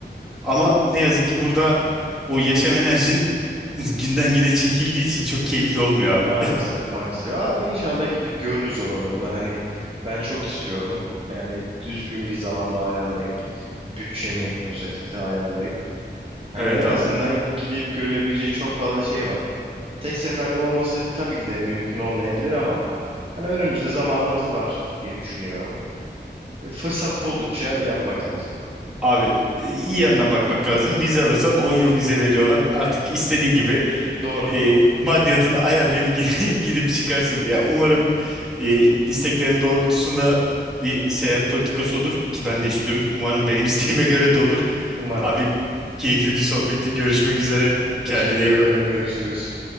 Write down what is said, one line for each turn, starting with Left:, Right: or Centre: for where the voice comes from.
Centre: ama ne yazık ki burada o yaşam enerjin <laughs> günden güne çekildiği için çok keyifli olmuyor
Right: Maalesef
Centre: abi. <laughs>
Right: maalesef. Abi inşallah gidip görürüz oraları da hani ben çok istiyorum. Yani düzgün bir zamanda ayarlayıp bütçemi özellikle ayarlayıp hani
Centre: Evet
Right: en azından
Centre: abi
Right: gidip görülebilecek çok fazla şey var. Tek seferde olması tabii ki de mümkün olmayabilir ama hani önümüzde zamanımız var diye düşünüyorum. Ve fırsat buldukça yapmak lazım.
Centre: Abi e, iyi yandan bakmak lazım. Vize alırsan 10 yıl vize veriyorlar. Artık istediğin gibi
Right: Doğru.
Centre: e, maddiyatını ayarlayıp gi- <laughs> gidip çıkarsın. Ya umarım e, isteklerin doğrultusunda bir seyahat politikası olur ki ben de istiyorum. Umarım benim <laughs> isteğime göre de olur.
Right: Umarım.
Centre: Abi keyifli bir sohbetti. Görüşmek üzere.
Right: Teşekkür
Centre: Kendine iyi bak.
Right: ederim. Görüşürüz.